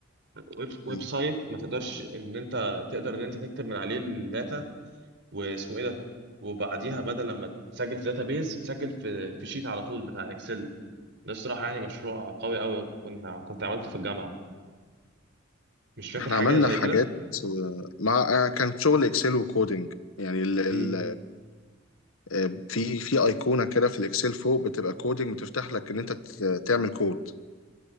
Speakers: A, on the right; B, on the left.
A: ويب ويب
B: مم.
A: سايت ما تقدرش ان انت تقدر ان انت تكتب من عليه الداتا واسمه ايه ده وبعديها بدل لما تسجل في بيز تسجل في في شيت على طول بتاع اكسل ده الصراحه يعني مشروع قوي قوي كنت كنت عملته في الجامعه مش فاكر
B: احنا
A: حاجه
B: عملنا
A: زي
B: حاجات
A: كده
B: آه، مع آه، كان شغل اكسل وكودينج يعني ال ال
A: امم
B: آه، في في ايقونة كده في الاكسل فوق بتبقى كودينج بتفتح لك ان انت ت- تعمل كود